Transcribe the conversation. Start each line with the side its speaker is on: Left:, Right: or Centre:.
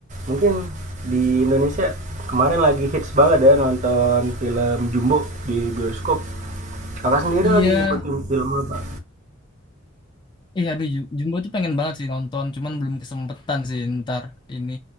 Right: mungkin di Indonesia kemarin lagi hits banget ya nonton film Jumbo di bioskop kakak sendiri
Left: Iya,
Right: lagi ngikutin film apa
Left: Iya, aduh, Ju- Jumbo tuh pengen banget sih nonton, cuman belum kesempetan sih ntar ini.